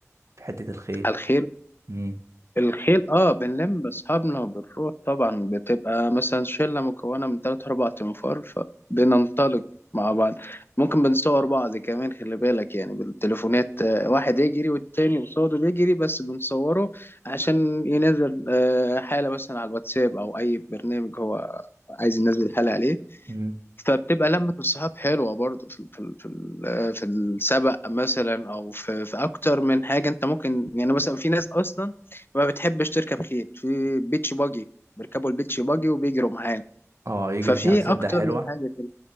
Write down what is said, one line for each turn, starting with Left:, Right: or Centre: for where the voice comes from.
Right: في حته الخيل
Left: الخيل
Right: امم
Left: الخيل اه بنلم بأصحابنا وبنروح طبعا بتبقى مثلا شلة مكونة من تلات أربع تنفار فبننطلق مع بعض ممكن بنصور بعض كمان خلي بالك يعني بالتليفونات آه، واحد يجري والتاني قصاده بيجري بس بنصوره عشان ينزل آه، حالة مثلا على الواتساب أو أي برنامج هو عايز ينزل حالة عليه
Right: يبقوا
Left: فبتبقى لمة الصحاب حلوة برضه في ال- في ال- في ال- في السبق مثلا أو في في أكتر من حاجة أنت ممكن يعني مثلا في ناس أصلا ما بتحبش تركب خيل في بيتش باجي بيركبوا البيتش باجي وبيجروا معانا
Right: اه يجري
Left: ففي
Right: جنب تصدق
Left: أكتر
Right: حلوة
Left: من حاجة كده